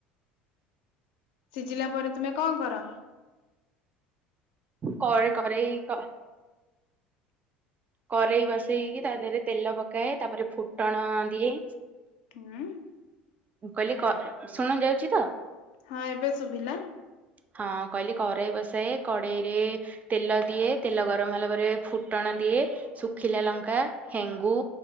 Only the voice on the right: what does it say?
କର କରେଇ କ କରେଇ ବସେଇକି ତା ଦେହରେ ତେଲ ପକାଏ, ତାପରେ ଫୁଟଣ ଦିଏ।
ମୁଁ କହିଲି କ ଶୁଣା ଯାଉଛି ତ?
ହଁ କହିଲି କଡ଼େଇ ବସାଏ କଡ଼େଇ ରେ ତେଲ ଦିଏ ତେଲ ଗରମ ହେଲା ପରେ ଫୁଟଣ ଦିଏ ଶୁଖିଲା ଲଙ୍କା ହେଙ୍ଗୁ